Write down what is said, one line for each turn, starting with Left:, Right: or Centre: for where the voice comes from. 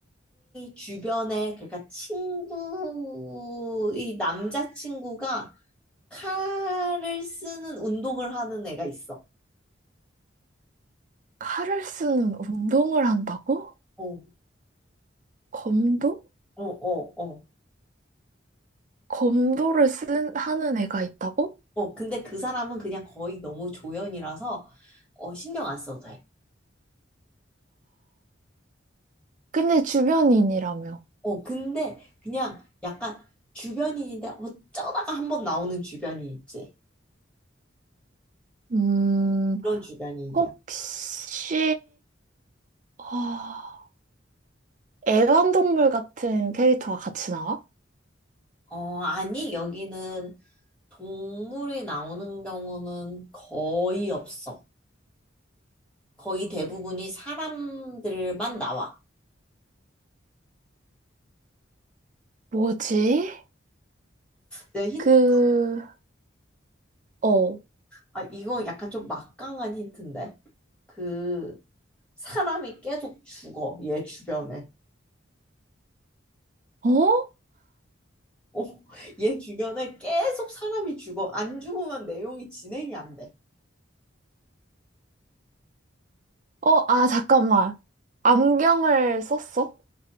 Centre: 주변에 그러니까 친구의 남자친구가 칼을 쓰는 운동을 하는 애가 있어.
Right: 칼을 쓰는 운동을 한다고?
Centre: 어,
Right: 검도?
Centre: 어, 어, 어.
Right: 검도를 쓴, 하는 애가 있다고?
Centre: 어, 근데 그 사람은 그냥 거의 너무 조연이라서 어, 신경 안 써도 돼.
Right: 근데 주변인이라며.
Centre: 어, 근데 그냥 약간 주변인인데 어쩌다가 한번 나오는 주변인 있지.
Right: 음,
Centre: 그런 주변인이야.
Right: 혹시, 아, 애완동물 같은 캐릭터가 같이 나와?
Centre: 어, 아니, 여기는 동물이 나오는 경우는 거의 없어. 거의 대부분이 사람들만 나와.
Right: 뭐지?
Centre: 내 힌트,
Right: 그, 어,
Centre: 아, 이거 약간 좀 막강한 힌트인데. 그, 사람이 계속 죽어, 얘 주변에.
Right: 어?
Centre: 어, 얘 주변에 계속 사람이 죽어. 안 죽으면 내용이 진행이 안 돼.
Right: 어, 아, 잠깐만. 안경을 썼어?